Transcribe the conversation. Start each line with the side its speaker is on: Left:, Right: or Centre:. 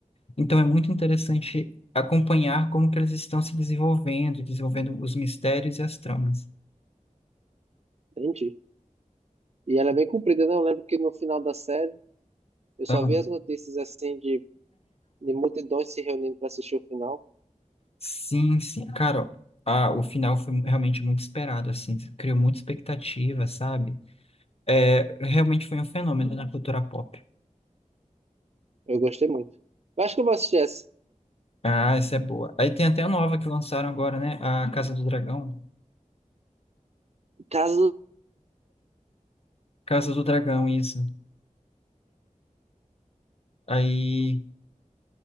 Left: Então é muito interessante acompanhar como que eles estão se desenvolvendo, desenvolvendo os mistérios e as tramas.
Right: Entendi. E ela é bem comprida, né? Eu lembro que no final da série, eu
Left: Então,
Right: só vi as notícias assim de, de multidões se reunindo pra assistir o final.
Left: sim, sim. Cara, ó, a- o final foi realmente muito esperado, assim, criou muita expectativa, sabe? É, realmente foi um fenômeno na cultura pop.
Right: Eu gostei muito. Eu acho que eu vou assistir essa.
Left: Ah, essa é boa. Aí tem até a nova que lançaram agora, né? A Casa do Dragão.
Right: Caso.
Left: Casa do Dragão, isso. Aí,